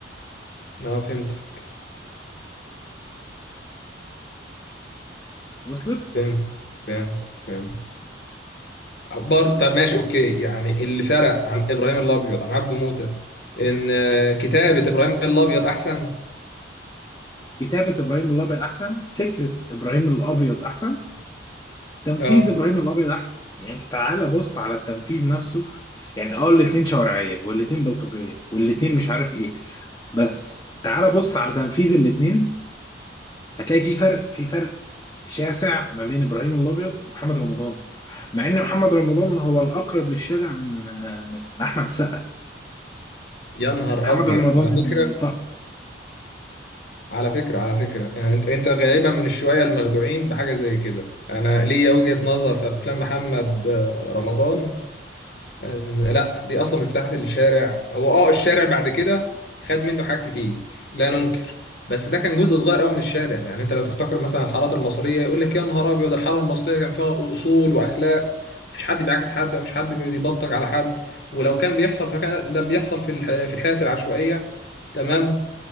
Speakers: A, on the left; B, on the left.
A: اه فهمتك
B: وصلت
A: فهمت فهمت فهمت آه، برضه طب ماشي اوكي يعني اللي فرق عن ابراهيم الابيض عن عبده موته ان آه، كتابه ابراهيم الابيض احسن
B: كتابة ابراهيم الابيض احسن فكرة ابراهيم الابيض احسن تنفيذ
A: اه
B: ابراهيم الابيض احسن يعني انت تعالى بص على التنفيذ نفسه يعني اه الاتنين شوارعيه والاتنين بلطجيه والاتنين مش عارف ايه بس تعالى بص على تنفيذ الاتنين هتلاقي في فرق في فرق شاسع ما بين ابراهيم الابيض ومحمد رمضان مع ان محمد رمضان هو الاقرب للشارع من من احمد السقا
A: يا نهار
B: محمد
A: ابيض
B: رمضان
A: على فكره
B: طب
A: على فكره على فكره يعني انت انت غالبا من الشويه المخدوعين بحاجه زي كده انا ليا وجهه نظر في افلام محمد آه، رمضان أن- لا دي اصلا مش بتاعت الشارع هو اه الشارع بعد كده خد منه حاجات كتير لا ننكر بس ده كان جزء صغير قوي من الشارع يعني انت لو تفتكر مثلا الحارات المصريه يقول لك يا نهار ابيض الحاره المصريه كان فيها اصول واخلاق مفيش حد بيعاكس حد مفيش حد بيبلطج على حد ولو كان بيحصل فكان ده بيحصل في الح... في الحياه العشوائيه تمام